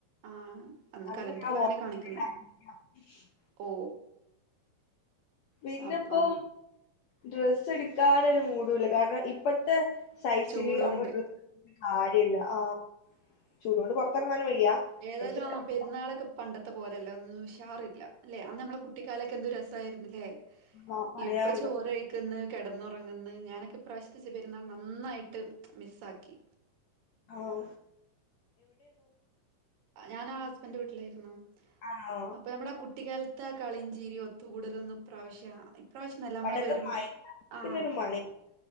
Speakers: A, on the right; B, on the left.
A: ആ അന്ന്
B: അല്ല
A: കലണ്ടറിൽ
B: <unintelligible>
A: അങ്ങനെ കാണിക്കുന്നു ഓ.
B: പിന്നെപ്പോ-
A: അപ്പ
B: ഡ്രസ്സ് എടുക്കാനൊരു മൂടൂല്ല, കാരണം ഇപ്പത്തെ- സൈസിന്
A: ചൂടോണ്ട്
B: നമ്മള് ഡ്രസ് കാര്യല്ല ആഹാ ചൂട കൊണ്ട്- പുറത്തിറങ്ങാനും വയ്യ-
A: ഏതായാലും
B: ഡ്രസ്സ് എടുക്കാൻ
A: ആഹാ, പെുന്നാളൊക്കെ പണ്ടത്തെ പോരല്ല, ഒന്നും ഉഷാറില്ല അല്ലെ ആഹാ, നമ്മള കുട്ടി. കാലൊക്കെ എന്തു രസമായിന്നില്ലേ,
B: ആഹ് പറയാനുണ്ടോ
A: ഇപ്പോ ചോറ്. നിക്കന്ന് കിടന്നുറങ്ങുന്നു- ഞാനൊക്കെ പ്രവിശത്തേ- പെരുന്നാൾ നന്നായിട്ട് മിസ്സാക്കി.
B: ആഹാ.
A: ഞൻ ആഹാ ഹസ്ബന്റെ- വീട്ടിലായിരുന്നു,
B: ആണോ
A: അഅപ്പോ നമ്മടെ ആഹാ കുട്ടിക്കാല. മത്ത കളിയും ചീരി, ഒത്തുകൂടല- ഒന്നും പ്രാവശ്യം. പ്രാവശ്യംല്ല നമ്മള്
B: പണ്ടത്തെ
A: വരും
B: മഴക്കാലത്തിനൊരു
A: ആഹ.
B: മണേനി